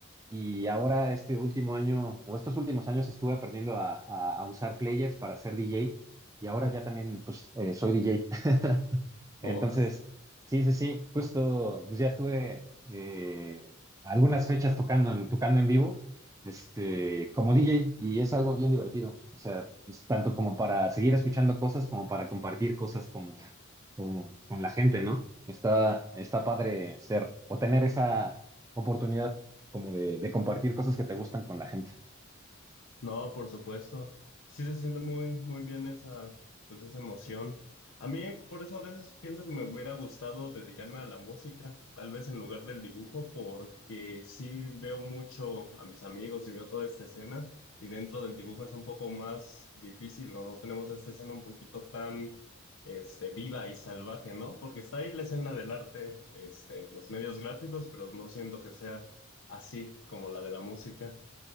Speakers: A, on the right (about 15°); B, on the left (about 80°).
A: y ahora este último año, o estos últimos años, estuve aprendiendo a, a- a usar players para ser DJ. Y ahora ya también, pues, eh, soy DJ. <laughs> Entonces,
B: O
A: sí, sí, sí, justo, pues ya estuve eh, algunas fechas tocando en, tocando en vivo, este, como DJ. Y es algo bien divertido. O sea, pues, tanto como para seguir escuchando cosas, como para compartir cosas como, como con la gente, ¿no? Está, está padre ser o tener esa oportunidad como de, de compartir cosas que te gustan con la gente.
B: No, por supuesto. Sí se siente muy, muy bien esa, pues esa emoción. A mí, por eso a veces pienso que me hubiera gustado dedicarme a la música, tal vez en lugar del dibujo, porque sí veo mucho a mis amigos y veo toda esta escena, y dentro del dibujo es un poco más difícil, ¿no? No tenemos esta escena un poquito tan, este, viva y salvaje, ¿no? Porque está ahí la escena del arte, este, los medios gráficos, pero no siento que sea así como la de la música.